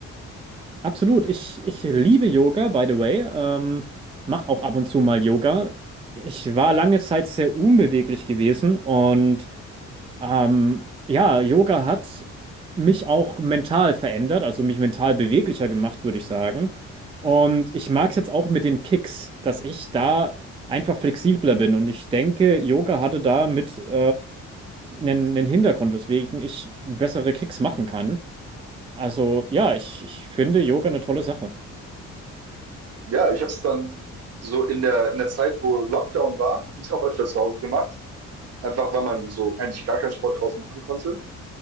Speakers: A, on the right; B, on the right.
A: Absolut, ich, ich liebe Yoga, by the way, ähm, mache auch ab und zu mal Yoga. Ich war lange Zeit sehr unbeweglich gewesen und Ähm, ja, Yoga hat mich auch mental verändert, also mich mental beweglicher gemacht, würde ich sagen. Und ich mag es jetzt auch mit den Kicks, dass ich da einfach flexibler bin. Und ich denke, Yoga hatte da mit äh, einen, einen Hintergrund, weswegen ich bessere Kicks machen kann. Also ja, ich, ich finde Yoga eine tolle Sache.
B: Ja, ich habe es dann so in der, in der Zeit, wo Lockdown war, habe ich es auch öfter zu Hause gemacht. Einfach weil man so eigentlich gar keinen Sport draußen machen konnte.